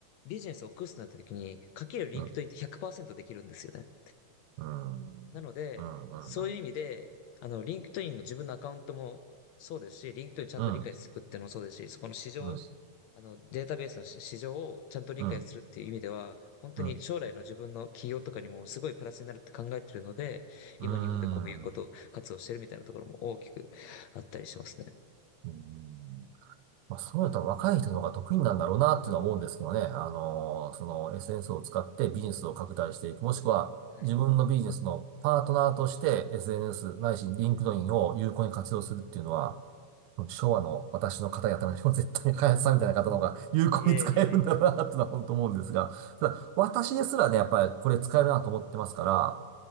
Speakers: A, on the left; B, on the right.
A: ビジネスを起こすとなった時に、かけるリンクトインって100%
B: うん。
A: できるんですよね。
B: うん。うん。
A: なので、
B: うん。
A: そういう意味で、
B: うん。
A: あの、リンクトインの自分のアカウントもそうですし、リンクトインちゃんと理解するっていうのもそうですし、
B: うん、
A: そこの市場、
B: うん、
A: あの、データベースの市市場をちゃんと理解するっていう意味では、
B: うん、
A: 本当に将来の自分の企業とかにもすごいプラスになるって考えてるので、
B: うん、
A: 今日本でこういうこと活動してるみたいなところも大きくあったりしますね。
B: うーん。うんまあ、そうやったら若い人の方が得意なんだろうなっていうのは思うんですけどね。あのーその SNS を使ってビジネスを拡大していく。もしくは自分のビジネスのパートナーとして
A: はい
B: SNS ないしリンクドインを有効に活用するっていうのは、昭和の私の方々よりも絶対に開発さんみたいな方の方が有効に使えるんだろうなっていうのは本当思うんですが、
A: いやいやいや
B: ただ私ですらね、やっぱりこれ使えるなと思ってますから、